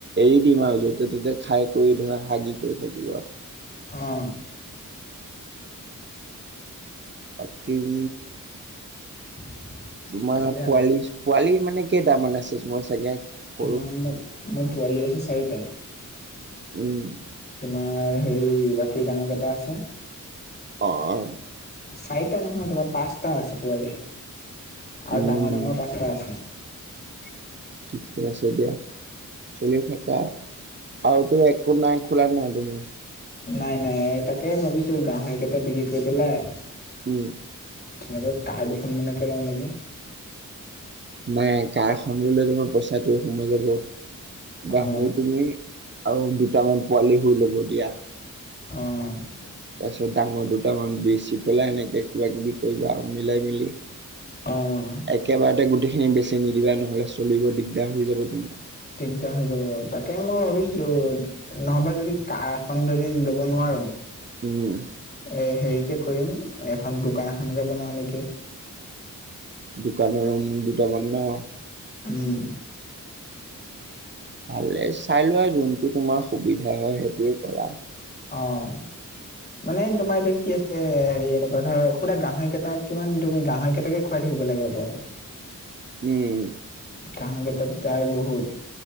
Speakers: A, on the right; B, on the left.
A: এৰি দিম আৰু য'তে ত'তে খাই কৰি ধৰ হাগি কৰি থাকিব আৰু।
B: অ' <inaudible>
A: অকিম
B: <inaudible>
A: তোমাৰ
B: আৰু
A: পোৱালি পোৱালি মানে কেইটামান আছে, মই চাগে সৰু।
B: তোমাৰ মোক <unintelligible> চাৰিটা।
A: উম।
B: তোমাৰ হেৰি বাকী ডাঙৰ কেইটা আছে?
A: অ'।
B: চাৰিটা নহয় তোমাৰ পাঁচটা আছে পোৱালি। আৰু
A: উম
B: ডাঙৰ ডাঙৰ পাঁচটা আছে। <unintelligible>
A: ঠিকে আছে দিয়া, চলি থাকা। আৰুতো একো নাই ক শুলা নাই তুমি?
B: নাই নাই এ তাকে ভাবিছোঁ, গাহৰিকেইটা বিক্ৰী কৰি পেলাই
A: উম।
B: ধুনিয়াকে কাৰ দুখনমানকে লওঁ নেকি।
A: নাই কাৰখন ল'লে তোমাৰ পইচাটো সোমাই যাব, গাহৰি
B: অ
A: তুমি আৰু দুটামান পোৱালি হৈ ল'ব দিয়া।
B: অ'।
A: তাৰপিছত ডাঙৰ দুটামান বেচি পেলাই এনেকে কিবা কিবি কৰিবা আৰু মিলাই মেলি।
B: অ অ
A: একেবাৰতে গোটেইখিনি বেছি নিদিবা ন'হলে চলিব দিগদাৰ হৈ যাব তোমাৰ।
B: দিগদাৰ হৈ যাব, তাকে মই ভাবিছিলো নহবা যদি কাৰ এখন যদি লব নোৱাৰোঁ। এ,
A: উম
B: হেৰিকে কৰিম এখন দোকান এখনকে বনাওঁ নেকি।
A: দোকান ৰোম দুটামান ন।
B: উম।
A: ভালেই, চাই লোৱা যোনটো তোমাৰ সুবিধা হয় সেইটোৱে কৰা।
B: অ'। মানে তোমাৰ এতিয়া কি আছে হেৰি এনেকুৱা ধৰ সুধা গাহৰি কেইটাক কিমান তুমি গাহৰি কেইটাকে খুৱাই থাক থাকিব লাগে অকল।
A: উম।
B: ঘাহঁকেইটাত যায় বহুত।